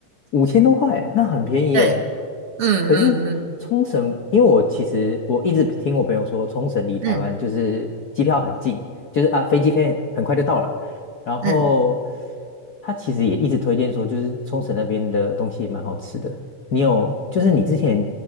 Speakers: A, on the left; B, on the right.
A: 五千多块，那很便宜耶。
B: 对，嗯嗯嗯
A: 哎可是冲绳，因为我其实我一直听我朋友说，冲绳离台湾就是机票很近，
B: 嗯
A: 就是啊飞机飞很很快就到了。然后
B: 嗯，嗯
A: 他其实也一直推荐说，就是冲绳那边的东西也蛮好吃的。你有，就是你之前